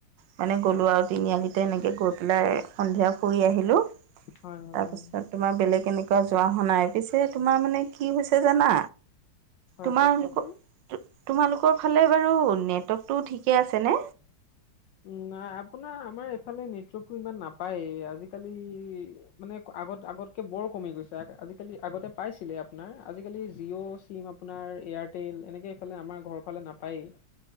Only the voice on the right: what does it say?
মানে গ'লো আৰু তিনিআলি এনেকে গৈ পেলাই সন্ধিয়া ফুৰি আহিলো
তাৰ
পিছত তোমাৰ বেলেগ এনেকে যোৱা <unintelligible> পিছে যে তোমাৰ মানে কি হৈছে জানা
তোমালোকৰ
তোমালোকৰ ফালে বাৰু নেটৱৰ্কটো ঠিকে আছেনে